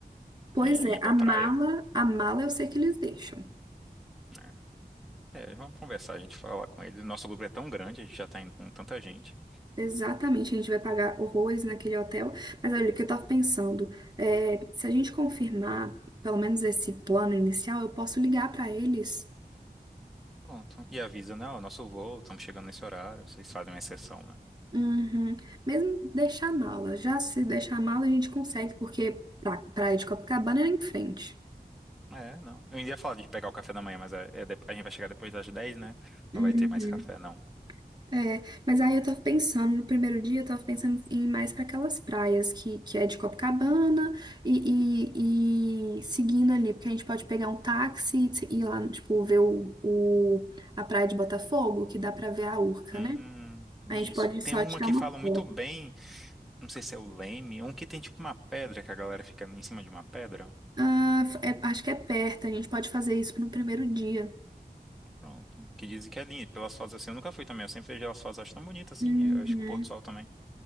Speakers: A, on the right (about 25°); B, in the centre.
A: Pois
B: e
A: é,
B: ir pra
A: a
B: praia.
A: mala, a mala eu sei que eles deixam.
B: né? É, vamos conversar, a gente fala com eles. Nosso grupo é tão grande, a gente já tá indo com tanta gente.
A: Exatamente, a gente vai pagar horrores naquele hotel. Mas olha, o que eu tava pensando, é, se a gente confirmar pelo menos esse plano inicial, eu posso ligar pra eles.
B: Pronto. E avisa, né? Ó, nosso voo, estamos chegando nesse horário, vocês fazem uma exceção, né?
A: Uhum. Mesmo deixar a mala. Já se deixar a mala, a gente consegue, porque pra Praia de Copacabana é em frente.
B: É, não. Eu ainda ia falar de pegar o café da manhã, mas é, é de- a gente vai chegar depois das 10, né?
A: Uhum.
B: Não vai ter mais café, não.
A: É, mas aí eu tava pensando, no primeiro dia eu tava pensando em ir mais pra aquelas praias que, que é de Copacabana e, e, e seguindo ali, porque a gente pode pegar um táxi e ir lá, tipo, ver o, o, a praia de Botafogo, que dá pra ver a Urca,
B: Hum,
A: né?
B: isso.
A: A gente pode só
B: Tem uma
A: tirar
B: que
A: uma
B: fala muito
A: foto.
B: bem, não sei se é o Leme, um que tem tipo uma pedra, que a galera fica em cima de uma pedra.
A: Ah, é- acho que é perto, a gente pode fazer isso no primeiro dia.
B: Pronto. Que dizem que é lindo, pelas fotos assim. Eu nunca fui também, eu sempre vejo elas fotos, acho tão bonita assim,
A: Uhum.
B: e eu acho que o pôr do sol também.